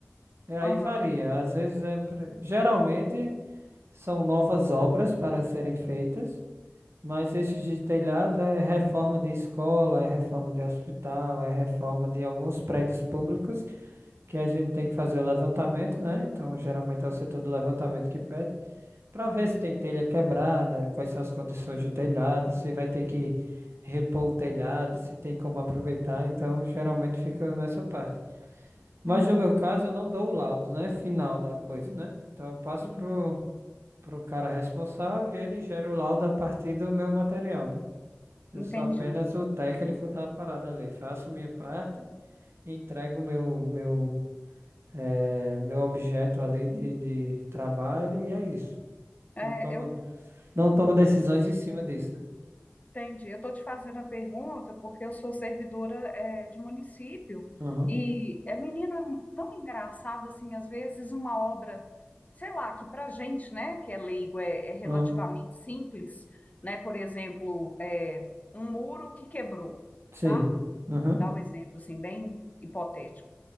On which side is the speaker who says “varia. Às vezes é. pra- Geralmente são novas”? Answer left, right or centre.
Right